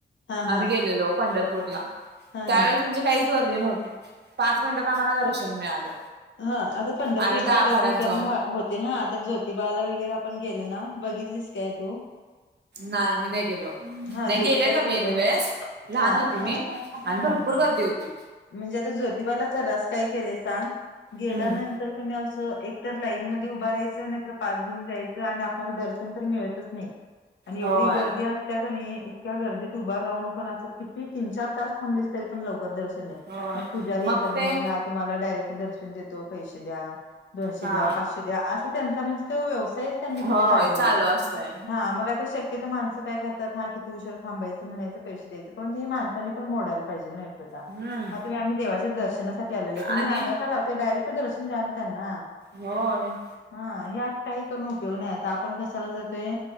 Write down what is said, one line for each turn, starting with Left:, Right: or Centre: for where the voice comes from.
Left: हा
Right: आम्ही गेलेलो पंढरपूरला
Left: हा
Right: त्यावेळेस
Left: हा
Right: म्हणजे काहीच गर्दी नव्हती पाच मिनिटात आम्हाला दर्शन मिळालं.
Left: हा आता पंढरपूर
Right: आणि
Left: सारख्या
Right: गाभाऱ्यात
Left: ठिकाणी
Right: जाऊन
Left: होते हा आता ज्योतिबाला वगैरे पण गेलं ना बघितलीस काय तू
Right: नाही मी नाही गेलो नाही
Left: हा ज्योतिबाला
Right: गेलेल
Left: गेलं
Right: मी एक वेळेस लहान
Left: हा
Right: होती मी आणि
Left: हा
Right: भरपूर
Left: हा हा
Right: गर्दी होती.
Left: म्हणजे आता ज्योतिबालाचार्रास काय केलेय सांग गेल्यानंतर
Right: हम्म
Left: कोणी असं एक तर लाईन मध्ये उभं राहायचं नाहीतर पास घेऊन जायचं आणि आपणाला दर्शन तर मिळतच नाही. आणि एवढी
Right: होय
Left: गर्दी असत्या का नाही इतक्या गर्दीत उभार राहून पण असं किती तीन चार तास थांबलीस तरी पण लवकर दर्शन नाही
Right: होय
Left: मग पुजारी
Right: मग
Left: येतात
Right: ते
Left: बाहेर हात तुम्हाला डायरेक्ट दर्शन देतो पैशे द्या दोनशे
Right: हा
Left: द्या पाचशे द्या अस त्यां म्हणजे तो व्यवसाय त्यांनी तिथे
Right: होय
Left: काढलेला
Right: चालू
Left: आहे
Right: असतय
Left: हा मग आता शक्यतोर माणस काय हा किती उशर थांबायचं म्हणायं पैश द्यायं परंतु हे माणसां पण मोडाला पाहिजे नाही. होता
Right: हम्म
Left: हा तुम्ही आम्ही देवाच्या दर्शनासाठी आलेलो तुम्ही
Right: आणि
Left: रांगा का लाव ते डायरेक्ट दर्शन द्या ना त्यांना.
Right: होय.
Left: हा हे अस काही करून उपयोग नाही आता आपण कशाला जातोय